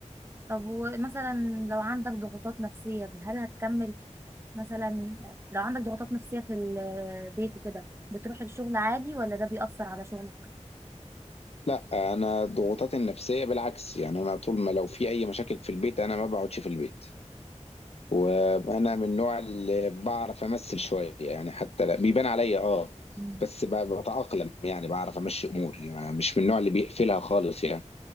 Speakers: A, on the right; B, on the left.
A: طب ومثلا لو عندك ضغوطات نفسية هل هتكمل مثلا لو عندك ضغوطات نفسية في البيت وكده بتروح الشغل عادي ولا ده بيأثر على شغلك؟
B: لا انا ضغوطاتي النفسيه بالعكس يعني انا طول ما لو في اي مشاكل في البيت انا ما بقعدش في البيت وانا من النوع اللي بعرف امثل شويه يعني حتى لا- بيبان عليا اه
A: مم.
B: بس ب- بتاقلم يعني بعرف امشي اموري يعني مش من النوع اللي بيقفلها خالص يعني